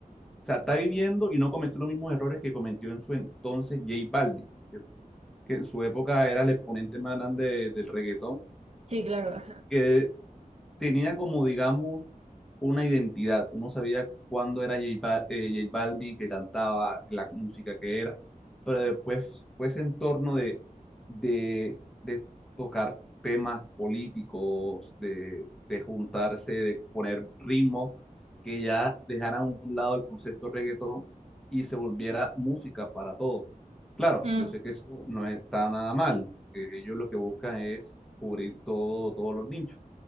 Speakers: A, in the centre; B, on the right (about 45°).
A: sea, está viviendo y no cometió los mismos errores que cometió en su entonces J Balvin, que en su época era el exponente más grande de- del reggaetón,
B: Sí, claro, ajá.
A: que tenía como, digamos, una identidad. Uno sabía cuándo era J, Bal- eh, J Balvin que cantaba, la música que era, pero después fue ese entorno de, de, de tocar temas políticos, de, de juntarse, de poner ritmo, que ya dejara a un lado el concepto reggaetón y se volviera música para todos. Claro,
B: Mm.
A: yo sé que eso no está nada mal, porque ellos lo que buscan es cubrir todo, todos los nichos